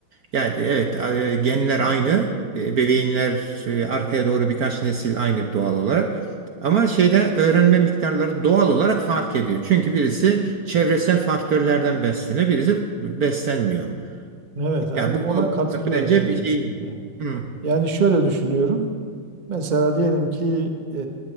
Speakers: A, on the right; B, on the right.
A: Yani evet e, genler aynı, e, ebeveynler e, arkaya doğru birkaç nesil aynı doğal olarak. Ama şeyde öğrenme miktarları doğal olarak fark ediyor. Çünkü birisi çevresel faktörlerden besleniyor, birisi beslenmiyor.
B: Evet, yani
A: Yani bu
B: ona
A: bu
B: katılıyorum
A: bence
B: ben kesinlikle.
A: bir şey. Hı,
B: Yani şöyle düşünüyorum. Mesela diyelim ki e,